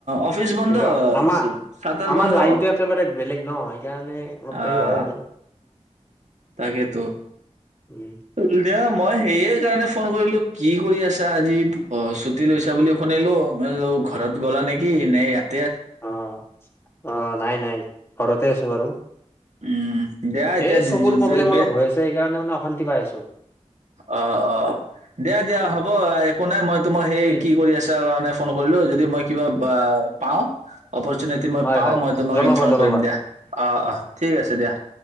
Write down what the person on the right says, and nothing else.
অফিচ বন্ধ
চাটাৰ
বন্ধ
আহ
তাকেতো।
<unintelligible> মই সেইয়ে কাৰণে ফোন কৰিলো। কি কৰি আছ <unintelligible> আজি অ', ছুটি লৈছা বুলি সু ফুনিলো ঘৰত গ'লা নেকি ন ইয়াত
উম দিয়া এতিয়া
ব
অ'-অ, দিয়া- দিয়া
হ'ব, একো নাই, মই তোমাৰ সেই
কি কৰি আছা কাৰণে ফোন কৰিলোঁ যদি মই কিবা বা পাওঁ অপৰচুনিটি মই
পাওঁ
মই তোমাক
ইনফৰ্ম
কৰিম দিয়া অঁ অঁ ঠিক আছে দিয়া